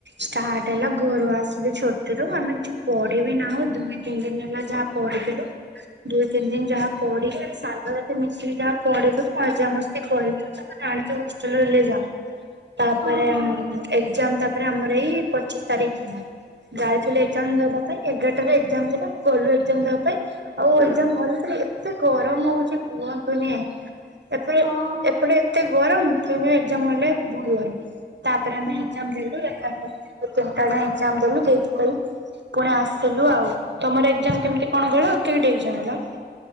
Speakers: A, on the right; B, on the left.
A: ଷ୍ଟାର୍ଟ୍ ହେଲା ଘରୁ ଆସିଲେ ଛୁଟିରୁ ଆମେ ପଢିବି ନାଁମ ଦୁଇ ତିନି ଦିନ ହେଲା ଯାହା ପଢିଥିଲୁ। ଦୁଇ ତିନି ଦିନ ଯାହା ପଢିଚୁ ସାଙ୍ଗ ସାଥି ମିଶିକି ଯାହା ପଢିଚୁ ମଜାମସ୍ <unintelligible> ତାପରେ ଏକ୍ଜାମ୍ ତା ତାପରେ
B: ହଁ
A: ଆମର
B: ହଁ
A: ଏଇ ପଚିଶ ତାରିଖ ଖୋଲବା। ଯାଇଥିଲି ଏକ୍ଜାମ୍ ଦେବା ପାଇଁ ଏଗାରଟାରେ ଏକ୍ଜାମ୍ ଥିଲା ମୁଁ ଗଲୁ ଏକ୍ଜାମ ଦବା ପାଇଁ। ଆଉ ଏକ୍ଜାମ୍ ହଲରେ ପୂରି ଏତେ ଗରମ ହଉଚି କୁହନ୍ତୁନି। ଏରପରେ
B: ହଁ
A: ଏପଟେ ଏତେ ଗରମ କିଏ କୁହେ ଏକ୍ଜାମ୍ ହଲ୍ ରେ ବହୁତ୍ ଗରମ। ତାପରେ ଆମେ
B: ହଁ
A: ଏକ୍ଜାମ୍‌‌ ଦେଲୁ। ତାଙ୍କ ଆଜ୍ଞା ଏକ୍ଜାମ୍ ଦେଲୁ‌ ଦେଇକି <unintelligible> ପୁଣି ଆସିଲୁ ଆଉ ତମର ଏକ୍ଜାମ୍ କେମିତି କଣ ଗଲା? କେଇଠି ଏକ୍ଜାମ ହେଲା?